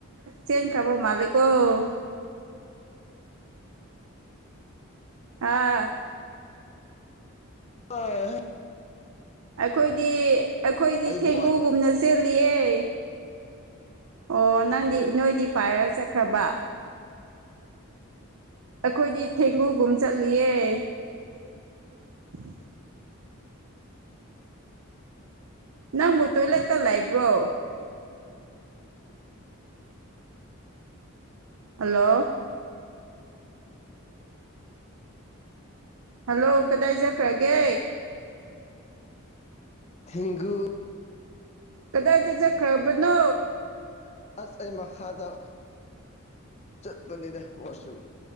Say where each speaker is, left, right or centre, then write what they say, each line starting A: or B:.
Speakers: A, on the right (about 80°); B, on the left (about 30°).
A: ꯆꯦꯟꯈ꯭ꯔꯕ ꯃꯥꯜꯂꯦꯀꯣ <unintelligible> ꯑꯥ
B: ꯍ
A: ꯑꯩꯈꯣꯏꯗꯤ ꯑꯩꯈꯣꯏꯗꯤ
B: ꯑꯩꯗꯤ
A: ꯊꯦꯡꯒꯨꯒꯨꯝꯅ ꯆꯦꯜꯂꯤꯑꯦ ꯑꯣ ꯅꯪꯗꯤ ꯅꯣꯏꯗꯤ ꯄꯥꯏꯔ ꯆꯠꯈ꯭ꯔꯕ ꯑꯩꯈꯣꯏꯗꯤ ꯊꯦꯡꯒꯨꯒꯨꯝ ꯆꯠꯂꯤꯌꯦ <unintelligible> ꯅꯪꯕꯨ ꯇꯣꯏꯂꯦꯠꯇ ꯂꯩ ꯏꯕ꯭ꯔꯣ ꯍꯜꯂꯣ ꯍꯜꯂꯣ ꯀꯗꯥꯏ ꯆꯠꯈ꯭ꯔꯒꯦ
B: ꯊꯤꯒꯨ
A: ꯀꯗꯥꯏ ꯇ ꯆ ꯈꯄꯗꯅ
B: ꯑꯁ ꯑꯩ ꯃꯈꯥꯗ ꯆꯠꯄꯅꯤꯅ ꯋꯥꯁꯔꯨꯝ